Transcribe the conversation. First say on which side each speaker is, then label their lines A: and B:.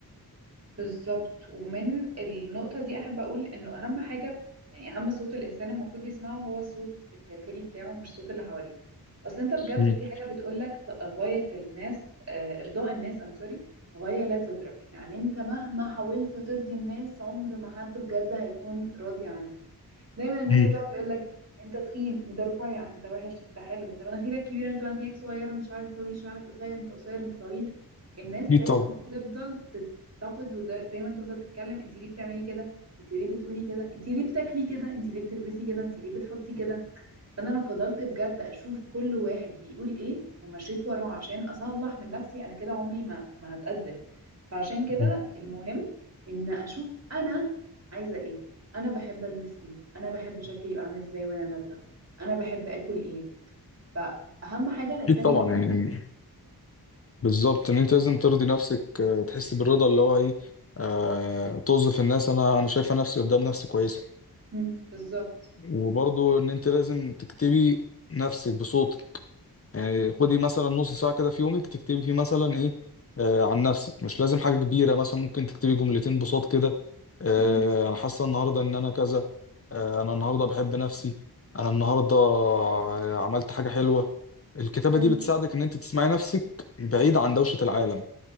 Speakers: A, on the right; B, on the left.
A: بالظبط ومن النقطة دي أحب أقول إنه أهم حاجة يعني أهم صوت الإنسان المفروض يسمعه هو الصوت الداخلي بتاعه مش الصوت اللي حواليه أصل أنت بجد
B: مم.
A: في حاجة بتقولك ط- غاية الناس آه، إرضاء الناس أم سوري غاية لا تدرك يعني أنت مهما حاولت ترضي الناس عمر ما حد بجد هيكون راضي عنك دايما الناس
B: مم.
A: هتقعد تقولك أنت تخين أنت رفيع أنت وحش أنت حلو أنت مناخيرك كبيرة أنت مناخيرك صغيرة أنت شعرك طويل شعرك قصير أنت قصير أنت طويل الناس دايما
B: اكيد طبعا
A: بتفضل تنتقد ودايما تفضل تتكلم انت ليه بتعملي كده انت ليه بتقولي كده انت ليه بتاكلي كده انت ليه بتلبسي كده انت ليه بتحطي كده فانا لو فضلت بجد اشوف كل واحد بيقول ايه ومشيت وراه عشان اصلح من نفسي انا كده عمري ما ما هتقدم فعشان كده
B: مم.
A: مم. المهم ان اشوف انا عايزه ايه انا بحب البس ايه انا بحب شكلي يبقى عامل ازاي وانا نازله انا بحب اكل ايه فاهم حاجه الانسان
B: اكيد طبعا
A: يفهم
B: يعني بالظبط ان انت لازم ترضي نفسك آه، تحس بالرضا اللي هو ايه آه توظف الناس انا انا شايفه نفسي قدام نفسي كويسه
A: <laughs> مم، بالظبط
B: وبرضو ان انت لازم تكتبي نفسك بصوتك يعني خدي مثلا نص ساعه كده في يومك تكتبي فيه مثلا ايه آه عن نفسك مش لازم حاجه كبيره مثلا ممكن تكتبي جملتين بصوت كده آه
A: مم،
B: انا حاسه النهارده ان انا كذا آه انا النهارده بحب نفسي انا النهارده آه، عملت حاجه حلوه الكتابه
A: مم،
B: دي بتساعدك ان انت تسمعي نفسك بعيد عن دوشه العالم